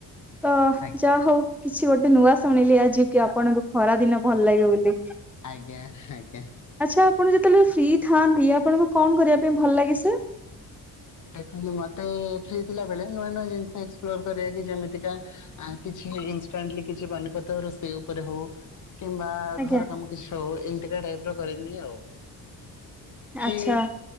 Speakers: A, in the centre; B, on the left.
A: ତ
B: ଆଜ୍ଞା
A: ଯା ହଉ କିଛି ଗୋଟେ ନୂଆ ଶୁଣିଲି। ଆଜି କି ଆପଣଙ୍କୁ ଖରା ଦିନ ଭଲ ଲାଗେ ବୋଲି।
B: ଆଜ୍ଞା। ଆଜ୍ଞା।
A: ଆଚ୍ଛା ଆପଣ ଯେତେବେଳେ ଫ୍ରି ଥାଆନ୍ତି ଆପଣଙ୍କୁ କଣ କରିବା ପାଇଁ ଭଲ ଲାଗେ ସାର୍?
B: ଦେଖନ୍ତୁ ମତେ ଫ୍ରି ଥିଲା ବେଳେ ନୂଆ ନୂଆ ଜିନିଷ ଏକ୍ସପ୍ଲୋର କରିବା କି ଯେମିତିକା ଆ କିଛି ଇନାଣ୍ଟ କିଛି ପନିପ ରୋଷେଇ ଉପରେ ହଉ। କିମ୍ବା
A: ଆଜ୍ଞା
B: ଘର କାମ କିଛି ହଉ। ଏମତିକା ଟାଇପ ର କରିନି ଆଉ। କି
A: ଆଚ୍ଛା